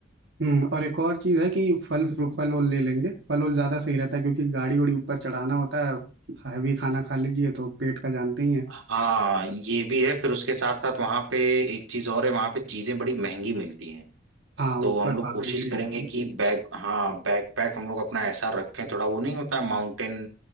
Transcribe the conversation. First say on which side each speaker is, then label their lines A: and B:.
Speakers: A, on the right; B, on the right.
A: हम्म और एक और चीज़ है कि फल फ्रू- फल वल ले लेंगे फल वल ज़्यादा सही रहता है क्योंकि गाड़ी उड़ी ऊपर चढ़ाना होता है हैवी खाना खा लीजिए तो पेट का जानते ही है
B: हाँ ये भी है फिर उसके साथ साथ वहां पे एक चीज और है वहां पे चीजें बड़ी महंगी मिलती हैं
A: हाँ
B: तो
A: ऊपर
B: हम लोग
A: पहाड़ी
B: कोशिश
A: एरिया
B: करेंगे
A: है
B: कि बैग हाँ बैकपैक हम लोग अपना ऐसा रखें थोड़ा वो नहीं होता माउंटेन